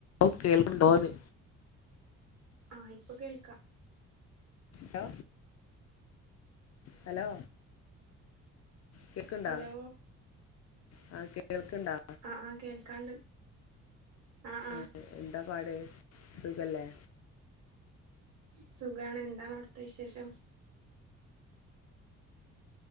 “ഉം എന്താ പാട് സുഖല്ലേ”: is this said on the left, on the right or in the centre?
Left